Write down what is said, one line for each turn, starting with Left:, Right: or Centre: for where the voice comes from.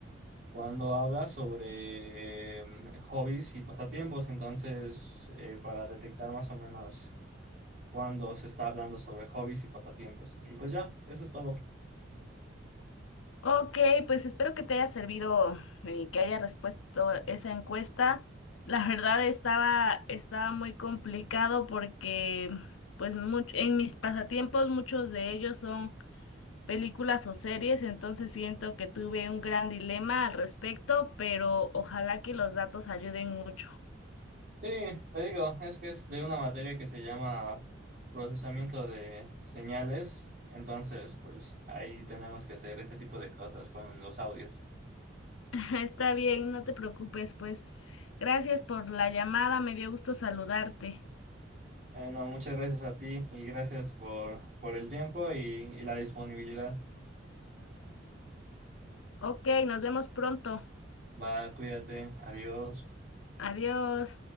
Right: cuando habla sobre em, hobbies y pasatiempos. Entonces, eh, para detectar más o menos cuando se está hablando sobre hobbies y pasatiempos. Y pues ya, eso es todo.
Left: Ok, pues espero que te haya servido, eh, que haya respuesto esa encuesta. La verdad estaba, estaba muy complicado porque pues much- en mis pasatiempos muchos de ellos son películas o series, entonces siento que tuve un gran dilema al respecto, pero ojalá que los datos ayuden mucho.
Right: Sí, te digo, es que es de una materia que se llama procesamiento de señales, entonces pues ahí tenemos que hacer este tipo de cosas con los audios.
Left: <laughs> Está bien, no te preocupes, pues. Gracias por la llamada, me dio gusto saludarte.
Right: Bueno, muchas gracias a ti y gracias por, por el tiempo y, y la disponibilidad.
Left: Ok, nos vemos pronto.
Right: Va, cuídate, adiós.
Left: Adiós.